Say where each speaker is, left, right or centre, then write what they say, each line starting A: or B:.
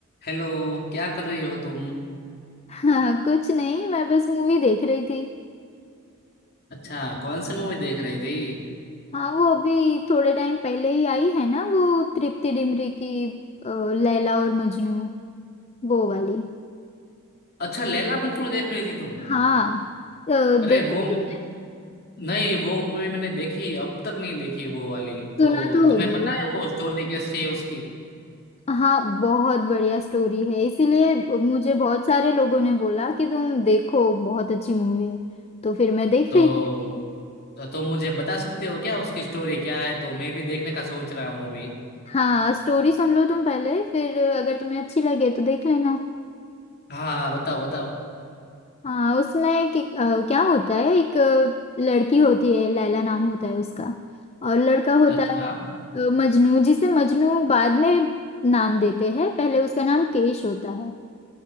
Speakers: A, on the left; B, on the left.
A: हेलो क्या कर रही हो तुम
B: हाँ कुछ नहीं मैं बस मूवी देख रही थी
A: अच्छा कौन सी मूवी देख रही थी
B: हाँ वो अभी थोड़े टाइम पहले ही आई है ना वो तृप्ति डिमरी की अ, लैला और मजनू वो वाली
A: अच्छा लैला मजनू देख रही थी तुम
B: हाँ अ,
A: अरे
B: देखी
A: वो
B: तुमने
A: नहीं वो मूवी मैंने देखी अब तक नहीं देखी वो वाली तो
B: सुना तो
A: तुम्हें
B: होगा
A: पता
B: ही
A: है वो स्टोरी कैसी है उसकी
B: हाँ बहुत बढ़िया स्टोरी है इसीलिए मुझे बहुत सारे लोगों ने बोला कि तुम देखो बहुत अच्छी मूवी है तो फिर मैं देख
A: तो
B: रही थी अभी
A: तो तुम मुझे बता सकते हो क्या उसकी स्टोरी क्या है तो मैं भी देखने का सोच रहा हूँ अभी
B: हाँ स्टोरी सुन लो तुम पहले फिर अगर तुम्हें अच्छी लगे तो देख लेना
A: हाँ बताओ बताओ
B: हाँ उसमें कि, अ, क्या होता है एक अ, लड़की होती है लैला नाम होता है उसका और लड़का होता
A: अच्छा
B: है अ, मजनू जिसे मजनू बाद में नाम देते हैं पहले उसका नाम केश होता है